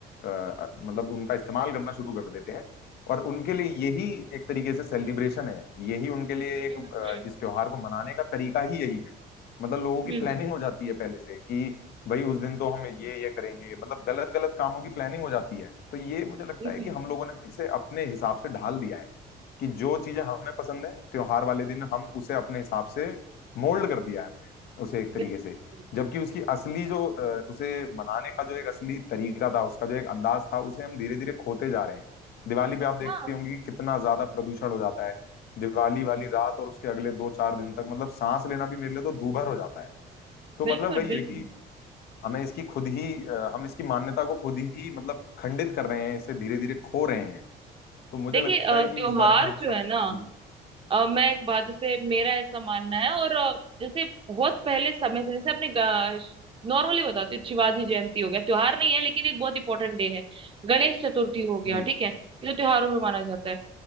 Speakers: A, on the left; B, on the right.
A: अ, मतलब उनका इस्तेमाल करना शुरू कर देते हैं और उनके लिए यही एक तरीके से सेलिब्रेशन है यही उनके लिए एक
B: हम्म
A: अ,
B: हम्म
A: इस त्योहार को मनाने का तरीका ही यही है मतलब लोगों की
B: हम्म,
A: प्लानिंग हो जाती है पहले से कि भाई उस दिन तो हम ये ये करेंगे मतलब गलत गलत कामों की प्लानिंग हो जाती है तो ये मुझे लगता
B: बिल्कुल
A: है कि हम लोगों ने ना इसे अपने हिसाब से ढाल दिया है कि जो चीजें हमें पसंद है त्योहार वाले दिन हम उसे अपने हिसाब से मोल्ड कर दिया है हमने उसे एक
B: बिल्कुल
A: तरीके से जबकि उसकी असली जो अ, उसे मनाने का जो एक असली तरीका था उसका जो एक अंदाज था उसे हम धीरे धीरे खोते जा रहे हैं दिवाली पे आप देखते
B: हाँ
A: होंगे कि कितना ज्यादा प्रदूषण हो जाता है दिवाली वाली रात और उसके अगले दो चार दिन तक मतलब सांस लेना भी मेरे लिए तो दूभर हो जाता है तो
B: बिल्कुल
A: मतलब वही
B: बिल्कुल
A: है कि हमें इसकी खुद ही अ, हम इसकी मान्यता को खुद ही मतलब खंडित कर रहे हैं इसे धीरे धीरे खो रहे हैं तो मुझे
B: देखिए
A: लगता
B: अ,
A: है कि
B: त्योहार
A: इस बारे में हम
B: जो
A: सब
B: है ना
A: जी
B: अ, मैं एक बात जैसे मेरा ऐसा मानना है और अ, जैसे बहुत पहले समय से जैसे अपने नॉर्मली बताती हूँ शिवाजी जयंती हो गया त्योहार नहीं है लेकिन एक बहुत इंपॉर्टेंट डे है गणेश चतुर्थी हो गया
A: जी
B: ठीक है ये तो त्योहारों में माना जाता है